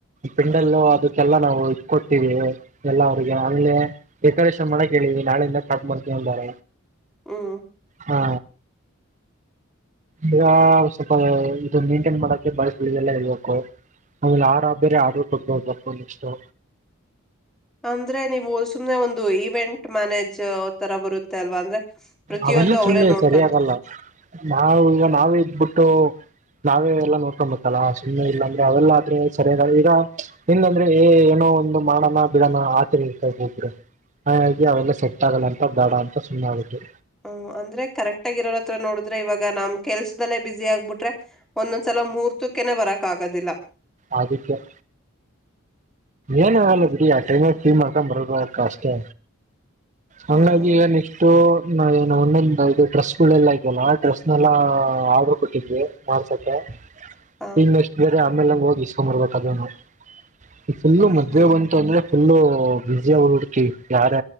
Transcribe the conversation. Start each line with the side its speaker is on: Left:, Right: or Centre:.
Right: ಪಿಂಡಲ್ಲೂ ಅದಕ್ಕೆಲ್ಲಾ ನಾವು ಇಟ್ಕ ಕೊತೀವಿ ಎಲ್ಲ ಅವರಿಗೆ ಅಲ್ಲಿೇ ಡೆಕೋರೇಷನ್ ಮಾಡಕ್ ಹೇಳಿವಿ ನಾಳೆ ಇಂದ ಸ್ಟಾರ್ಟ್ ಮಾಡತೀವಿ ಅಂದಾರ.
Centre: ಹ್ಮ್
Right: ಹಾ. ಈಗ ಸ್ವಲ್ಪ ಇದು ಮೇಂಟೈನ್ ಮಾಡಕ್ಕೆ ಬಾಳ್ಸ್ಲೀಗೆಲ್ಲ ಹೇಳ್ಬೇಕು. ಆಮೇಲೆ ಹಾರ ಬೇರೆ ಆರ್ಡರ್ ಕೊಟ್ ಬರ್ಬೇಕು ನೆಕ್ಸ್ಟು.
Centre: ಅಂದ್ರೆ ನೀವು ಸುಮ್ನೆ ಒಂದು ಇವೆಂಟ್ ಮ್ಯಾನೇಜ್ ಯಾವ್ ತರ ಬರುತ್ತೆ ಅಲ್ವಾ ಅಂದ್ರೆ--. ಪ್ರತಿಯೊಂದು
Right: ಅವೆಲ್ಲ
Centre: ಅವರೇ
Right: ಸುಮ್ನೆ
Centre: ನೋಡ್ಕೊಂತ
Right: ಸರಿಯಾಗಲ್ಲ ನಾವ್ ಈಗ ನಾವೇ ಇದ್ಬಿಟ್ಟು ನಾವೇ ಎಲ್ಲ ನೋಡ್ಕೋಬೇಕು ಅಲ್ಲಾ ಸುಮ್ಮನೆ ಇಲ್ಲಾಂದ್ರೆ ಅವೆಲ್ಲ ಆದ್ರೆ ಸರಿಯಾದ ಈಗ ಇಲ್ಲ ಅಂದ್ರೆ ಏ ಏನೋ ಒಂದು ಮಾಡೋಣ ಬಿಡೋಣ ಆತ್ರಿ ಇರ್ತ ಹೋದ್ರೆ ಹಾಗಾಗಿ ಅವೆಲ್ಲ ಸೆಟ್ ಆಗಲ್ಲಂತ ಬೇಡ ಅಂತ ಸುಮ್ಮನೆ ಆದೆ ಅದಕ್ಕೆ.
Centre: ಹ ಅಂದ್ರೆ ಕರೆಕ್ಟ್ ಆಗಿ ಇರೋರ ಅತ್ರ ನೋಡಿದ್ರೆ ಇವಾಗ ನಮ್ ಕೆಲ್ಸದಲ್ಲೇ ಬಿಜಿ ಆಗ್ಬಿಟ್ರೆ ಒಂದೊಂದ್ ಸಲಾ ಮೂಹೂರ್ತಕ್ಕೇನೆ ಬರಕ್ ಕ್ ಆಗದಿಲ್ಲ.
Right: ಆದಕ್ಕೆ--. ಏನಾಗಲ್ಲ
Centre: ಹ್ಮ್
Right: ಬಿಡಿ ಆ ಟೈಮ್--. ಕ್ಲೀನ್ ಮಾಡ್ಕೊಂಡು ಬರೋದು ಅಕ್ಕ ಅಷ್ಟೆ. ಹಂಗಾ
Centre: ಹ್ಮ್
Right: ಆಗಿ ಏನ್ ಇಷ್ಟು--. ಏನು ಒಂದೊಂದು ಇದು ಡ್ರೆಸ್ಗಳೆಲ್ಲ ಇದಲ್ಲಾ ಡ್ರೆಸ್ನೆಲ್ಲಾ ಆರ್ಡರ್ ಕೊಟ್ಟಿದ್ವಿ ಮಾಡ್ಸಕ್ಕೆ.
Centre: ಹ
Right: ಇನ್ನೆಷ್ಟ್ <unintelligible> ಅ ಆಮೇಲೆ ಹಂಗೆ ಹೋಗಿ ಇಸ್ಕೊಂಬರ್ಬೆಕ್ ಅದುನ್ನು ಇಗ್ ಫುಲ್
Centre: ಹ್ಮ್
Right: ಮದುವೆ
Centre: ಹ್ಮ್
Right: ಬಂತು ಅಂದ್ರೆ ಫುಲ್ ಬ್ಯುಸಿ ಆಗಿ ಹೋಗಿ ಬಿಡ್ತೀವಿ ಯಾರೇ